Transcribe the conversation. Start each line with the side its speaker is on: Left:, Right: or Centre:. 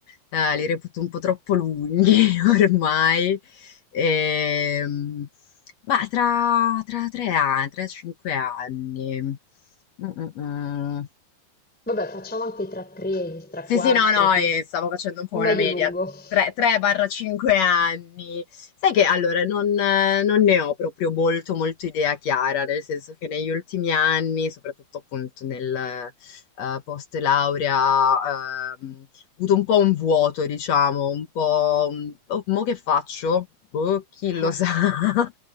Left: eh, li reputo un po' troppo lunghi <laughs> ormai, Ehm, ma tra, tra tre anni, tre, cinque anni. Mm, mm, mm.
Centre: Vabbè, facciamo anche tra tre, tra
Left: Sì,
Centre: quattro,
Left: sì, no, no,
Centre: ti-
Left: e stavo facendo un po'
Centre: medio
Left: una media.
Centre: lungo. <laughs>
Left: 3-5 anni. Sai che allora non, eh, non ne ho proprio molto, molto idea chiara, nel senso che negli ultimi anni, soprattutto appunto nel eh, post laurea, ehm, ho avuto un po' un vuoto, diciamo, un po'... un- "Oh, mo che faccio? Boh, chi lo
Centre: Eh,
Left: sa? <laughs>